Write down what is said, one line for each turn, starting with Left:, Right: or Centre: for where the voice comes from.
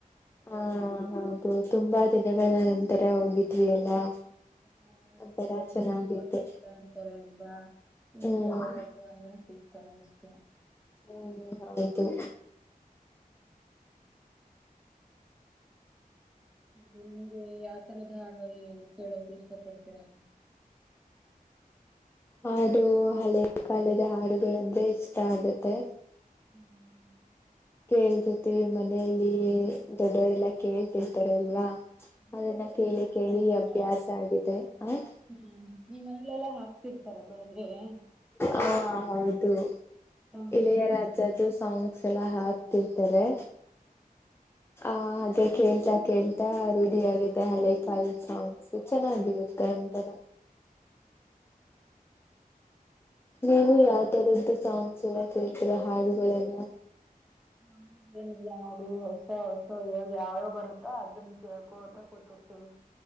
Left: ಹಾ ಹೌದು ತುಂಬಾ ದಿನಗಳ ನಂತರ ಹೋಗಿದ್ವಿ ಎಲ್ಲಾ
Centre: ಹಾ
Left: ಒಂತರ
Centre: ಕೆಲೊಬ್ರು
Left: ಚೆನ್ನಾಗಿತ್ತು
Centre: ಸಿಗೋದೇ ಇಲ್ಲ ಅಂತಾರೆ ಅಲ್ವಾ ನಿಮ್ಗೆ
Left: ಹ್ಮ್
Centre: ಯಾವತ್ತಾದ್ರೂ ಹಂಗ್ ಅನ್ಸಿದ್ ಪರ ಇಷ್ಟ
Left: ಹ್ಮ್ ಹೌದು.
Centre: ನಿಮ್ಗೆ ಯಾವ ತರದ್ ಹಾಡು ಕೇಳೋಕೆ ಇಷ್ಟಪಡ್ತೀರಾ?
Left: ಹೌದು ಹಳೆ ಕಾಲದ ಹಾಡುಗಳೆಂದ್ರೆ ಇಷ್ಟ ಆಗತ್ತೆ.
Centre: ಹ್ಮ್.
Left: ಕೇಳ್ತಿತಿ ಮನೆಯಲ್ಲಿ ದೊಡ್ಡೋರೆಲ್ಲ ಕೇಳ್ತಿರ್ತಾರೆ ಅಲ್ವಾ.
Centre: ನಿಮ್
Left: ಅದನ್ನ
Centre: ಮನೇಲೆಲ್ಲಾ
Left: ಕೇಳಿ
Centre: ಹಾಕ್ತಿರ್ತಾರ
Left: ಕೇಳಿ ಅಭ್ಯಾಸ ಆಗಿದೆ ಹಾ.
Centre: ಹ್ಮ್ ನಿಮ್ ಮನಲೆಲ್ಲಾ ಹಾಕ್ತಿರ್ತಾರ ಬೆಳಗ್ಗೆಗೆ?
Left: ಹಾ! ಹೌದು
Centre: ಹ್ಮ್
Left: ಇಳೆಯ ರಾಜದು ಸಾಂಗ್. ಸಲ ಹಾಕ್ತಿರ್ತಾರೆ. ಹಾ ಹಾಗೆ ಕೇಳ್ತಾ ಕೇಳ್ತಾ ರೂಢಿ ಆಗಿದೆ ಹಳೆ ಕಾಲದ್ ಸಾಂಗ್ಸು. ಚೆನ್ನಾಗಿರುತ್ತೆ ಒಂತರ. ನೀವು ಯಾವ ತರದ್ದು ಸಾಂಗ್ಸ್ ಎಲ್ಲ ಕೇಳ್ತೀರ ಹಾಡುಗಳೆಲ್ಲ.
Centre: <unintelligible> ನೋಡು ಹೊಸ ಹೊಸ ಇವಾಗ್ ಯಾವ್ಯಾವ್ ಬರುತ್ತೋ ಅದನ್ನ ಕೇಳ್ಕೊತ ಕೂತಿರ್ತೀವಿ.